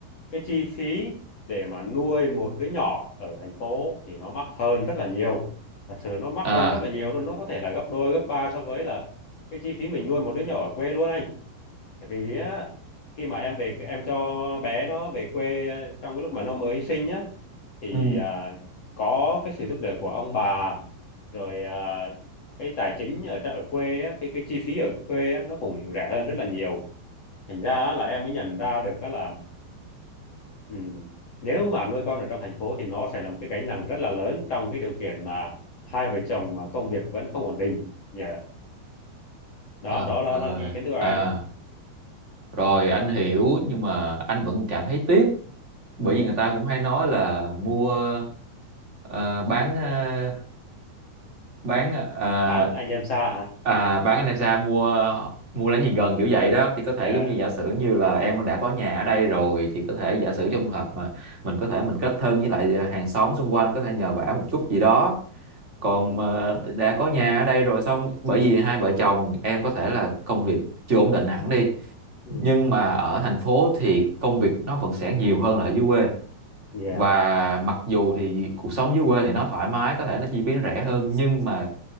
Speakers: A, on the left; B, on the right.
A: cái chi phí để mà nuôi một đứa nhỏ ở thành phố thì nó mắc hơn rất là nhiều. Thật sự nó mắc
B: à
A: hơn rất là nhiều luôn, nó có thể là gấp đôi, gấp ba so với là cái chi phí mình nuôi một đứa nhỏ ở quê luôn anh. Tại vì á, khi mà em về em cho bé nó về quê trong cái lúc mà nó mới sinh á thì
B: ừ
A: à, có cái sự giúp đỡ của ông bà rồi à, cái tài chính ở tr- ở quê á, cái cái chi phí ở quê á, nó cũng rẻ hơn rất là nhiều. Thành ra á, là em mới nhận ra được á là Ừ. Nếu mà nuôi con ở trong thành phố thì nó sẽ là một cái gánh nặng rất là lớn trong cái điều kiện mà hai vợ chồng mà công việc vẫn không ổn định. Dạ. Đó,
B: trời
A: đó, đó
B: ơi
A: là cái ý kiến của em.
B: à rồi anh hiểu nhưng mà anh vẫn cảm thấy tiếc bởi vì người ta cũng hay nói là mua ờ, bán ờ, bán à,
A: Bán anh em xa hả?
B: à, bán anh em xa mua mua lấy gì gần kiểu vậy đó thì có
A: Dạ.
B: thể giống như giả sử như là em đã có nhà ở đây rồi thì có thể giả sử trong hợp mà mình có thể mình kết thân với lại hàng xóm xung quanh có thể nhờ vả một chút gì đó còn
A: Ừ.
B: mà đã có nhà ở đây rồi xong bởi vì hai vợ chồng em có thể là công việc chưa ổn định hẳn đi
A: Ừ.
B: nhưng mà ở thành phố thì công việc nó vẫn sẽ nhiều hơn là ở dưới quê
A: Dạ.
B: và mặc dù thì cuộc sống dưới quê thì nó thoải mái có thể nó chi phí nó rẻ hơn nhưng mà